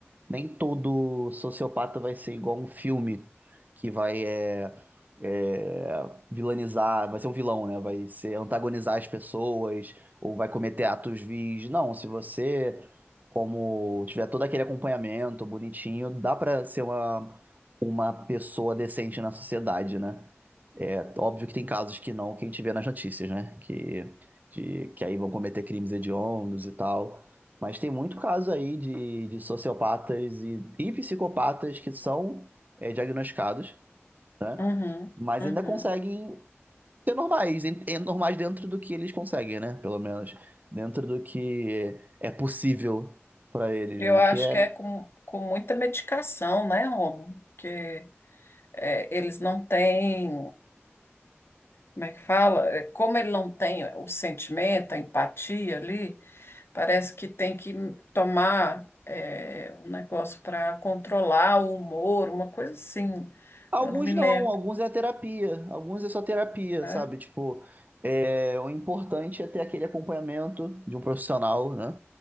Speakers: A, on the right; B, on the left.
A: Nem todo sociopata vai ser igual um filme que vai é, é, vilanizar, vai ser um vilão, né? Vai ser antagonizar as pessoas ou vai cometer atos vis. Não, se você, como tiver todo aquele acompanhamento bonitinho, dá pra ser uma, uma pessoa decente na sociedade, né? É óbvio que tem casos que não, que a gente vê nas notícias, né? Que, de, que aí vão cometer crimes hediondos e tal. Mas tem muito caso aí de, de sociopatas e, e psicopatas que são é, diagnosticados, né?
B: uhum,
A: Mas
B: uhum.
A: ainda conseguem ser normais, em- em- normais dentro do que eles conseguem, né? Pelo menos. Dentro do que é possível para eles,
B: Eu
A: né?
B: acho
A: Que é,
B: que é com, com muita medicação, né, Romo? Porque é, eles não têm, como é que fala? É, Como ele não tem o sentimento, a empatia ali. Parece que tem que tomar é, um negócio para controlar o humor, uma coisa assim.
A: Alguns
B: Eu não me lembro,
A: não, alguns é terapia, alguns é só terapia,
B: né?
A: sabe? Tipo, é, o importante é ter aquele acompanhamento de um profissional, né?